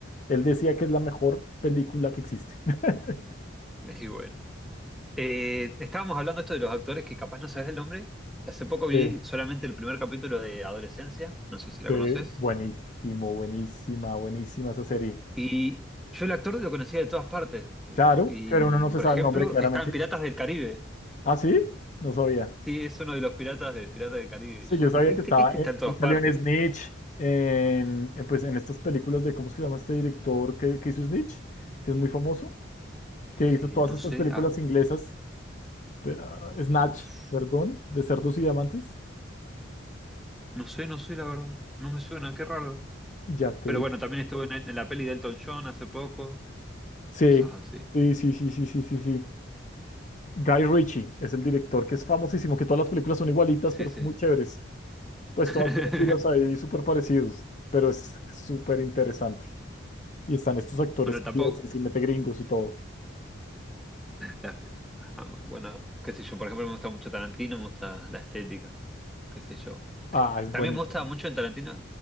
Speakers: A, on the left (about 40°); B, in the centre.
A: Él decía que es la mejor película que existe. <laughs>
B: <laughs> y bueno, eh, estábamos hablando esto de los actores que capaz no sabes el nombre. Hace poco vi
A: Sí,
B: solamente el primer capítulo de Adolescencia, no sé si la
A: sí,
B: conoces.
A: buenísimo, buenísima, buenísima esa serie.
B: Y yo el actor lo conocía de todas partes.
A: Claro,
B: Y,
A: pero uno no
B: por
A: se sabe
B: ejemplo,
A: el nombre claramente.
B: está en Piratas del Caribe.
A: Ah, sí, no sabía.
B: Sí, es uno de los piratas de Piratas del Caribe.
A: Sí,
B: Y yo
A: yo
B: dije,
A: sabía
B: este,
A: que estaba,
B: este
A: eh,
B: está en todas
A: él salió
B: partes.
A: en Snitch, en, en, pues, en estas películas de, ¿cómo es que se llama este director que, que hizo Snitch? Que es muy famoso, que
B: Eh,
A: hizo todas
B: no
A: estas
B: sé,
A: películas
B: ah,
A: inglesas, pero, ah, Snatch,
B: uf,
A: perdón, de Cerdos y Diamantes.
B: no sé, no sé, la verdad. No me suena, qué raro.
A: Ya te
B: Pero bueno, también estuvo en, en la peli de Elton John hace poco.
A: Sí,
B: Cosas así.
A: sí, sí, sí, sí, sí, sí, sí. Guy Ritchie es el director que es famosísimo, que todas las películas son igualitas,
B: Sí,
A: pero
B: sí.
A: son muy chéveres. Pues
B: <laughs>
A: todas tienen giros ahí súper parecidos, pero es súper interesante. Y están estos actores
B: Bueno, tampoco.
A: ingleses y mete gringos y todo.
B: las pe- ah, bueno, qué sé yo, por ejemplo, me gusta mucho Tarantino, me gusta la estética. Qué sé yo.
A: Ah, es
B: También
A: buenísimo.
B: me gusta mucho en Tarantino.